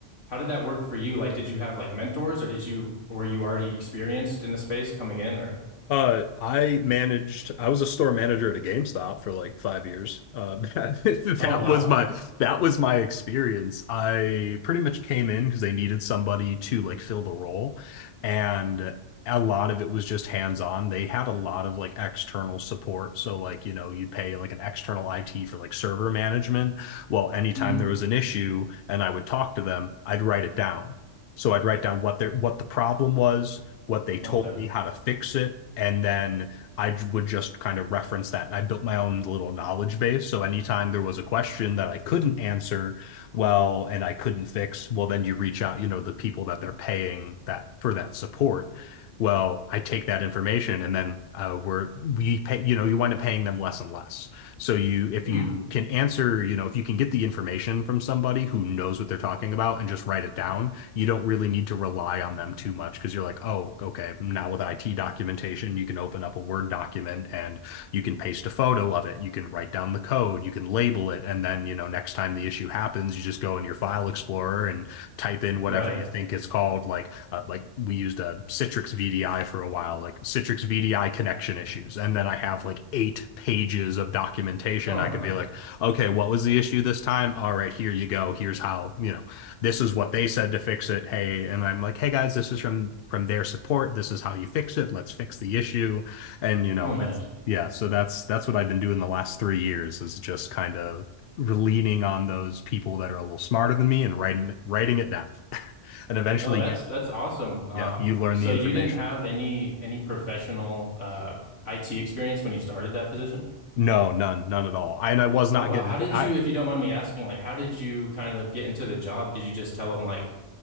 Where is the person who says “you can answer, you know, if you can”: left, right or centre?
Left